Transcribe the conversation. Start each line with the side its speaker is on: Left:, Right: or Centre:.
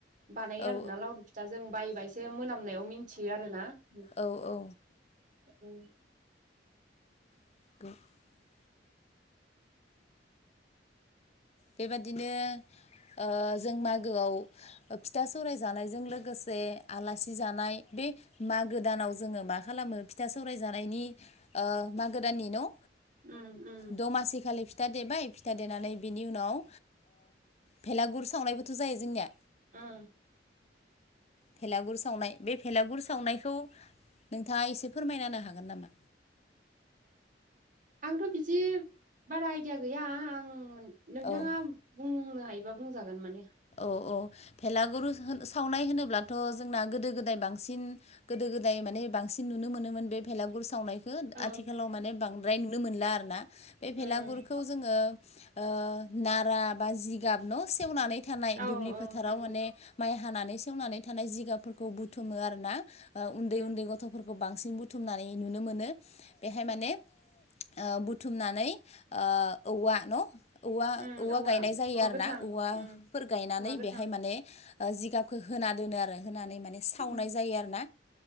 Right: बानायो
Left: औ
Right: आरोना लावरि फिथा जों बायोबा एसे मोनामनायाव मिथियो आरो ना ‌।
Left: औ औ।
Right: उम।
Left: <unintelligible> बेबादिनो ओ जों मागोआव फिथा सौराय जानायजों लोगोसे आलासि जानाय बे बि मागो दानाव जोङो मा खालामो फिथा सौराय जानायनि ओ मागो दाननि न' ओ
Right: उम उम
Left: दमासि खालि फिथा देबाय फिथा देनानै बि इ उनाव भेलागुर सावनायबोथ' जायो जोंनिया
Right: उम
Left: भेलागुर सावनाय बे भेलागुर सावनायखौ नोंथाङा एसे फोरमायनानो हाग हागोन नामा?
Right: आंथ' बिदि बारा आइदिया गैया आं नोंथाङा
Left: औ
Right: बुं नो हायोबा बुंजागोन माने
Left: अ अ भेलागुरु सावनाय होनोब्लाथ' जोंना गोदो गोदाय बांसिन गोदो गोदाय बे बांसिन नुनो मोनोमोन बे भेलागुर सावनाय
Right: औ
Left: आथिखालाव माने बांद्राय नुनो मोनला आरोना बे
Right: उम
Left: भेलागुरखौ जोङो ओ नारा बा जिगाब न' सेवनानै थानाय
Right: औ
Left: दुब्लि
Right: औ
Left: फोथाराव
Right: नंगौ
Left: माने माइ थानानै सेवनानै थानाय जिगाफोरखौ बुथुमो आरोना उन्दै
Right: उम
Left: उन्दै गथ'फोरखौ बांसिन बांसिन बुथुमनानै नुनो मोनो बेहाय माने ओ बुथुमनानै ओ औवा न' औवा
Right: उम
Left: औवा गायनाय जायो
Right: औवा
Left: आरो
Right: गोथां
Left: ना औवा
Right: उम
Left: फोर गायनानै
Right: औवा गोथां
Left: बेहाय माने जिगाबखौ होना दोनो आरो। होनानै माने सावनाय
Right: उम
Left: जायो आरो ना